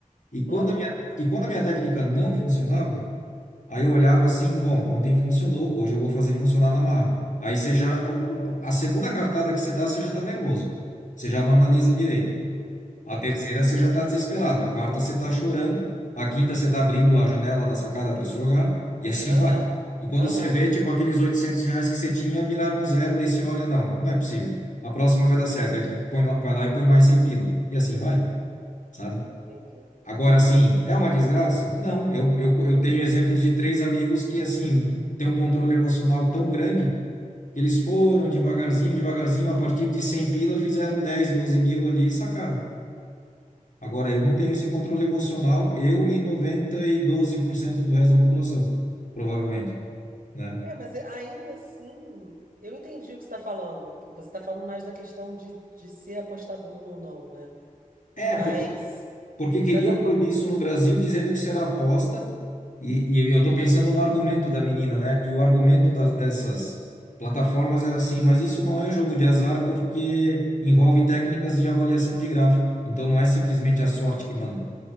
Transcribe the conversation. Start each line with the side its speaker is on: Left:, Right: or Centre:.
Left: E quando
Right: Uhum.
Left: a minha, e quando a minha técnica não funcionava, aí eu olhava assim, bom, ontem funcionou, hoje eu vou fazer funcionar na marra. Aí você já, o- o- a segunda cartada que você dá, você já está nervoso. Você já não analisa direito.
Right: Entendi.
Left: A terceira você já está desesperado, a quarta você está chorando, a quinta você está abrindo a janela da sacada para se jogar, e assim
Right: Aham.
Left: <laughs> vai. E quando
Right: Aham.
Left: você vê, tipo, aqueles 800 reais que você tinha viraram um zero, daí você olha, não, não é possível. A próxima vai dar certo, aí tu põe lá- vai lá e põe mais 100 pila, e assim vai, sabe?
Right: Entendi.
Left: Agora, assim, é uma desgraça? Não, eu, eu, eu tenho exemplos de três amigos que, assim, têm um controle emocional tão grande que eles foram devagarzinho, devagarzinho, a partir de 100 pila, fizeram 10, 12 mil ali e sacaram. Agora, eu não tenho esse controle emocional, eu e noventa e doze por cento do resto da população, provavelmente, né?
Right: É, mas é, ainda assim, eu entendi o que você está falando. Você está falando mais da questão de, de ser apostador ou não, né?
Left: É,
Right: Mas,
Left: por- porque queriam
Right: mas a-
Left: proibir isso no Brasil, dizendo que isso era aposta, e, e eu estou pensando no argumento da menina, né? E o argumento das, dessas plataformas era assim, mas isso não é jogo de azar porque envolve técnicas de avaliação de gráfico. Então não é simplesmente a sorte que manda,